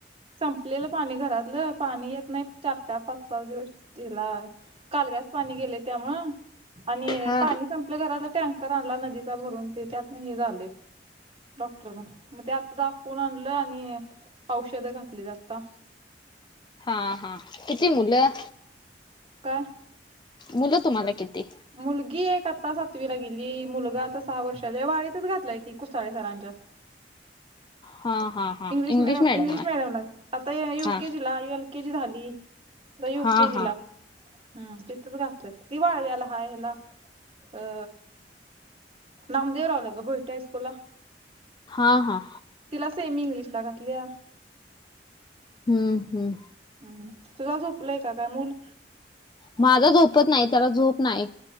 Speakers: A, on the right; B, on the left.
A: संपलेलं पाणी घरातलं पाणी येत नाही चार चार पाच पाच दिवस हेला कालव्याचं पाणी गेलय त्यामुळं. आणि
B: हा
A: पाणी संपलं घरातलं टँकर आणला नदीचा भरून ते त्यात हे झालंय डॉक्टर म्हणल, मग ते आता दाखवून आणलं आणि औषध घातलीत आता.
B: हा हा किती मुलं?
A: का?
B: मुलं तुम्हाला किती?
A: मुलगी एक आता सातवी ला गेली, मुलगा आता सहा वर्षाचा वाळीतच घातलाय की कुसाळे सरांच्यात.
B: हा हा हा
A: इंग्लिश मडयम
B: मॅडम
A: इंग्लिश
B: आहे
A: मिडियम ला आता युकेजी
B: हा
A: ला एल केेजी झाली आता युकेजी
B: हा हा
A: ला. हम् तिथच घातलंय ती वाळवीला हाय हला अ नामदेव रावलं ग भुईटे हायस्कूल ला.
B: हा हा.
A: तिला सेम इंग्लिश घातली या.
B: हम्म हम्म.
A: ह् तुझा झोपलाय का काय मूल.
B: माझा झोपत नाही त्याला झोप नाय.